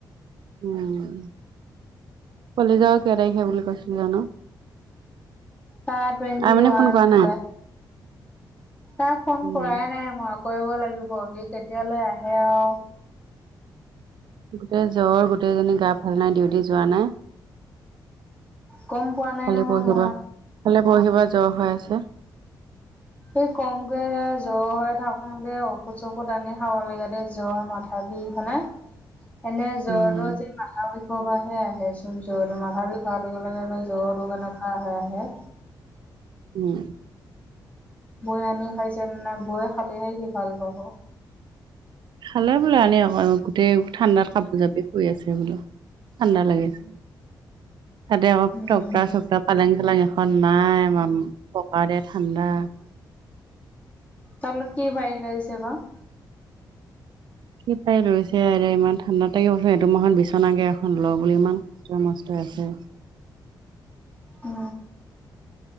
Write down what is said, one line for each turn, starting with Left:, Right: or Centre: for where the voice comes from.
Right: উম কলিজাৰ কেই তাৰিখে বুলি কৈছিলো জানো?
Left: তাৰ টুৱেণ্টি
Right: আইমণি
Left: ৱান
Right: ফোন কৰা
Left: জুলাই।
Right: নাই
Left: তাক ফোন
Right: উম
Left: কৰাই নাই মই কৰিব লাগিব, সি কেতিয়ালৈ আহে আৰু।
Right: গোটেই জ্বৰ গোটেইজনী গা ভাল নাই ডিউটি যোৱা নাই।
Left: গম পোৱা নাই
Right: কালি
Left: নহয়
Right: পৰহিপা
Left: মই
Right: কালি পৰহিপা জ্বৰ হৈ আছে।
Left: সেই কমকৈ জ্বৰ হৈ থাকোতে ঔষধ চষুধ আনি খাব লাগে, দে জ্বৰ মাথা বিষ হয়নে?
Right: <unintelligible>
Left: এনে জ্বৰটো
Right: উম
Left: যি মাথা বিষয়ৰ পৰাহে আহে চোন, জ্বৰটো মাথা বিষ হৈৱাৰ লগে লগে এ জ্বৰ কেনেকে ক'ৰ পৰা আহে আহে।
Right: উম।
Left: বৌয়ে আনি খাইছেনে নাই বৌয়ে খালেহে সি ভাল পাব।
Right: খালে বোলো আনি অকন, গোটেই ঠাণ্ডাত কাপোৰ জাপি শুই আছে বোলো। ঠাণ্ডা লাগিছে তাতে অলপ
Left: উম।
Right: টক্টা চক্টা পালেং চালাং এখন নাই আ পকা টে ঠাণ্ডা
Left: <unintelligible> তাৰ তলত কি পাৰ লৈছে বা?
Right: কি পাৰি লৈছে এতিয়া ইমান ঠাণ্ডাত থাকিব চোন সেইটো মাহত বিচনাকে এখন ল বুলি ইমান ৱা মাষ্টৰ আছে।
Left: উ